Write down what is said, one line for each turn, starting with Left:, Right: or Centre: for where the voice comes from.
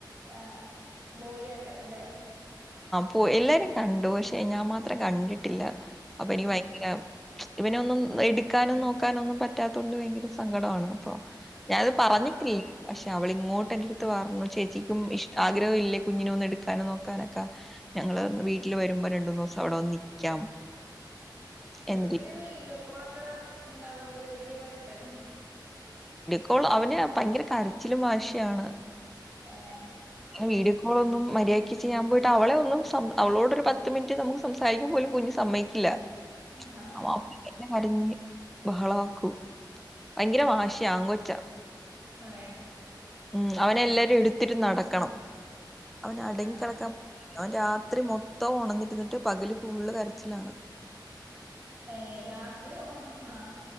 Right: ആ ബോയി ആക്കരംലെ
Centre: പ്പോ എല്ലാരും കണ്ടു പക്ഷേ ഞാൻ മാത്രം കണ്ടിട്ടില്ല അപ്പൊ
Right: ഉം
Centre: എനിക്ക് ഭയങ്കര ഇവനൊന്നും എടുക്കാനും നോക്കാനും ഒന്നും പറ്റാത്തോണ്ട് ഭയങ്കര സങ്കടവാണ് അപ്പൊ ഞാനത് പറഞ്ഞിട്ടില്ല
Right: ആഹ്
Centre: പഷെ അവൾ ഇങ്ങോട്ട് എന്റെ അട് ത്ത് പറഞ്ഞു ചേച്ചിക്കും ഇഷടാ ആഗ്രഹം ഇല്ലേ കുഞ്ഞിനെ ഒന്ന് എടുക്കാനും നോക്കാനൊക്കെ ഞങ്ങൾ വീട്ടില് വരുമ്പോ രണ്ട് മൂന്ന് ദിവ്സം അവിടെ വന്ന് നിക്കാം
Right: ഇപ്പൊ
Centre: എന്ന
Right: പിന്നെ
Centre: രീതി
Right: വീഡിയോ കോൾ ഒക്കെ ഇണ്ടാവണ്ട് അ വലിയ കുഴപ്പന്നേ
Centre: ഇപ്പോൾ അവന് ഭയങ്കര കരച്ചിലും മശിയാണ്
Right: ആഹ
Centre: വീടിക്കോള ഒന്നും മര്യാദി ചെയ്യാൻ പോയിട്ട് അവളെ ഒന്നും അവളോട്ൊ ഒരു പത്ത് മിനിറ്റ് നമുക്ക് സംസാരിക്കുമ പോലും കുഞ്ഞ് സമ്മയിക്കില്ല
Right: ആഹ്
Centre: അവ അപ്പെ കറിഞ്ഞ് ബഹള ആക്കൂ ഭയങ്കര ആശിയ അങ്കൊച്ച
Right: ആ
Centre: ഉം അവനെ എല്ലാരും എടുത്തിട്ട് നടക്കും ആക്കണം അവന് അടങ്ങി
Right: ആഹ്
Centre: കിടക്കാൻ അവൻ രാത്രി മൊത്തം ഉണന്നിരുന്നിട്ട് പകല് ഫുള്ള് കരച്ചിലാണ്
Right: ഏ രാത്രി ആ